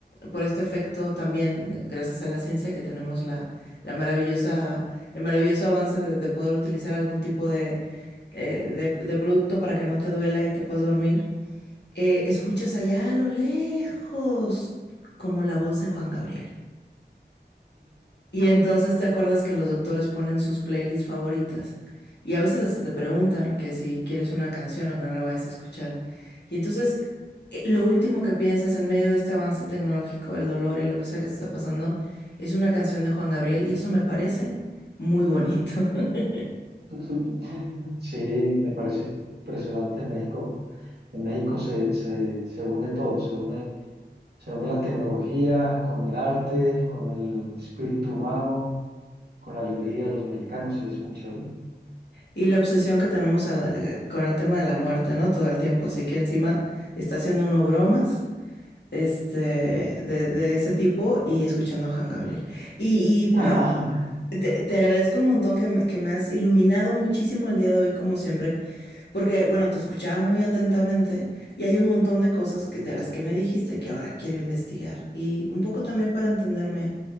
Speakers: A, on the left (about 75°); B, on the right (about 70°).
A: por este efecto también, eh, gracias a la ciencia que tenemos la, la maravillosa, el maravilloso avance de, de poder utilizar algún tipo de, eh, de, de producto para que no te duela y te puedas dormir, eh, escuchas allá a lo lejos como la voz de Juan Gabriel. Y entonces te acuerdas que los doctores ponen sus playlists favoritas. Y a veces hasta te preguntan que si quieres una canción o que no la vayas a escuchar. Y entonces eh, lo último que piensas en medio de este avance tecnológico, el dolor y lo que sea que te está pasando, es una canción de Juan Gabriel y eso me parece muy bonito. <laughs>
B: <laughs> Sí, me parece impresionante en México. En México se, se, se une todo, se une, se une la tecnología con el arte, con el espíritu humano, con la alegría de los mexicanos y es muy chévere.
A: Y la obsesión que tenemos al- eh, con el tema de la muerte, ¿no? Todo el tiempo. Así que encima está haciendo uno bromas este, de, de ese tipo y escuchando a Juan Gabriel. Y, y bueno,
B: <laughs>
A: te, te agradezco un montón que, me- que me has iluminado muchísimo el día de hoy, como siempre, porque bueno, te escuchaba muy atentamente y hay un montón de cosas que, de las que me dijiste que ahora quiero investigar y un poco también para entenderme,